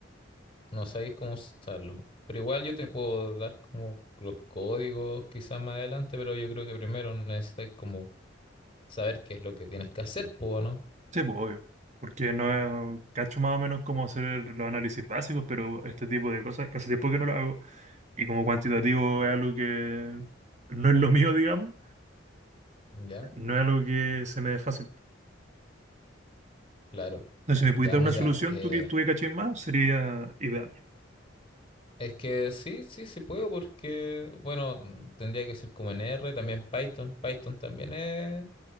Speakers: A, on the left; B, on the right.
A: No sabéis cómo usarlo. Pero igual yo te puedo dar como los códigos quizás más adelante, pero yo creo que primero necesitáis como saber qué es lo que tienes que hacer, ¿puedo no?
B: Sí, pues obvio. Porque no eh, cacho más o menos cómo hacer los análisis básicos, pero este tipo de cosas casi tiempo que no lo hago. Y como cuantitativo es algo que no es lo mío, digamos,
A: ¿Ya?
B: no es algo que se me dé fácil.
A: Claro.
B: Entonces, si me pudieras
A: Ya,
B: dar
A: mira,
B: una solución,
A: eh,
B: tú que tú que cachis más, sería ideal.
A: es que sí, sí, sí puedo porque, bueno, mm, tendría que ser como en R, también Python. Python también es.